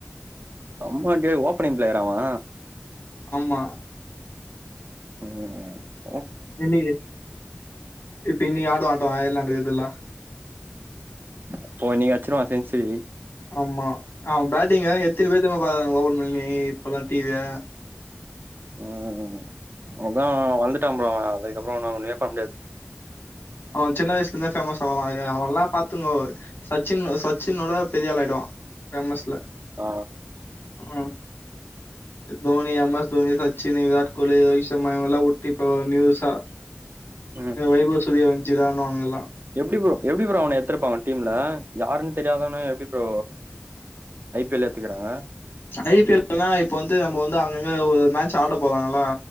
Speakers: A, on the right; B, on the left.
A: அம்மாண்டிய ஓப்பனிங் பிளேயரா அவ
B: ஆமா
A: ம் ம்
B: இன்னிக்கி இப்ப இன்னிக்கு ஆடுவா ஆட்டோ அயர்லாந்து இதுல்லா
A: இப்போ இன்னைக்கு அச்சிருவா செஞ்சுரி
B: ஆமா அவ பேட் நீங்க எத்தினி பேரு தெரிமா பாக்றாங்க ஓபன் பண்ணி இப்பல்லா டிவிய
A: ம் அதா வளந்துட்டா போல அவ அதுக்கப்றோ ஒன்னுமே பண்ண முடியாது
B: அவ சின்ன வயசுல இருந்தே ஃபேமஸ் ஆவா அவன்ல்லாம் பாத்துங்கோ சச்சின் சச்சினோட பெரிய ஆள ஆயிடுவா ஃபேமஸ்ல
A: ஆ
B: ம் தோனி, எம் எஸ் தோனி, சச்சினு, விராட் கோலி, ரோஹித் சர்மா இவங்கலா உட்டு இப்ப நியூசா
A: ம்
B: வைபவ் சூர்யா வஞ்ச்சிரனானுகல்லா
A: எப்டி ப்ரோ எப்டி ப்ரோ அவன எத்துருப்பாங்க டீம்ல யாருன் தெரியாதவன எப்டி ப்ரோ ஐ பி எல் ல எத்துக்குறாங்க
B: ஐ பி எல் னா இப்ப வந்து நம்ம வந்து அங் கங்க ஒரு மேட்ச் ஆட போறாங்களா